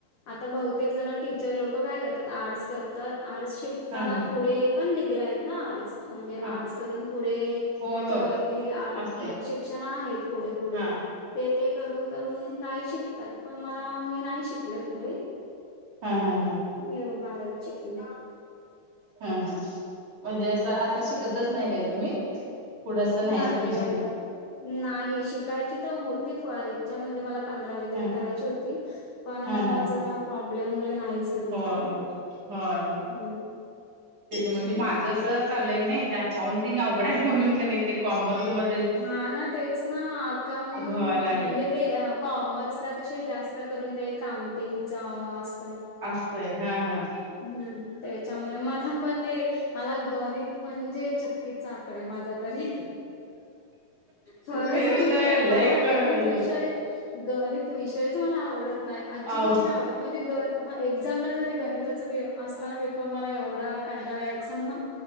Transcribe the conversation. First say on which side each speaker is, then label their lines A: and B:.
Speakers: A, on the left; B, on the right.
A: आता बहुतेक जण टीचर लोक काय करतात आर्ट्स करतात आर्ट्स शिकात
B: हा
A: त्यात
B: हा
A: पुढे पण डिगर्या आहेत ना अडीच म्हणजे आर्टस
B: हा
A: करून पुढे
B: होय
A: त्याच्यावरती
B: होय असतील
A: क्षण आहेत पूढे पूढे
B: हा
A: ते ते करून करून काही शिकतात पण मला मी नाही शिकले पुढे
B: हा् हा हा
A: मी बारावीत शिकले.
B: हा हा म्हणजे असं आता शिकतच नाही काय तुम्ही पुढं असं नाहीच
A: नाही
B: तुम्ही शिकणार
A: नाही शिकायची तर होती फार ईच्या म्हणजे मला पंधरावी तरी
B: हा
A: करायची होती पण
B: हा हा
A: जरा प्रॉब्लेम मुले नाही झालं
B: होय
A: मला
B: होय होय ह
A: हम्म. त्याच्यामुळे
B: म्हणजे माझं असं चाललंय नाही ते अकाउंटिंग अवघडं आहे म्हणून का नाही ते कॉमर्स म
A: हा ना तेच ना अकाउंट
B: व्हाय
A: म्हणजे
B: लागले
A: ते कॉमर्स ला कसे जास्त करून ते काउंटिंग च अस
B: असतय हा हा
A: हम्म त्याच्यामुळे मला पण ते मला गणित म्हणजे छत्तीच आकडे आहे माझा तरी खरं
B: तेच
A: सांगते
B: ते
A: मला
B: लय
A: हा
B: क हे
A: गणित विषय
B: होत
A: गणित विषय मला आवडत नाही अजिबात
B: आहो
A: नाही आवडत म्हणजे एक्झामला जरी गणित त्याच पि असला ना पेपर मला एवढा कंटाला यायचा ना